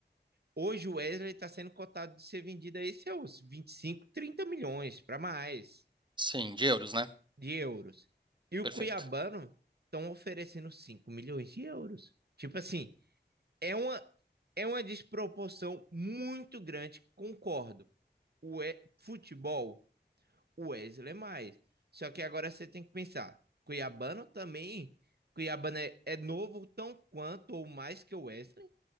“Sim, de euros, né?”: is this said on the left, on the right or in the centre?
Right